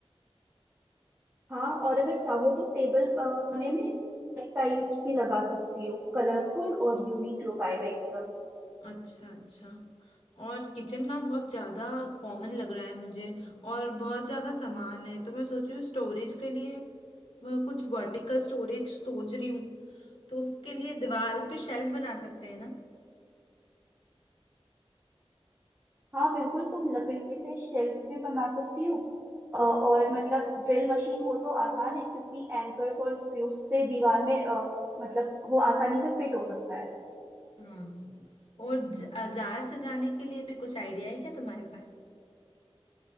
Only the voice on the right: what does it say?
हाँ और अगर चाहो तो टेबल अ, कोने में टाइल्स भी लगा सकती हो कलरफुल और यूनिक लुक आएगा एकदम
हाँ बिल्कुल तुम लकड़ी से शेल्फ भी बना सकती हो अ, और मतलब ड्रिल मशीन हो तो आसान है क्योंकि एंकर्स और स्क्रूज से दीवार में अ, मतलब वो आसानी से फिट हो सकता है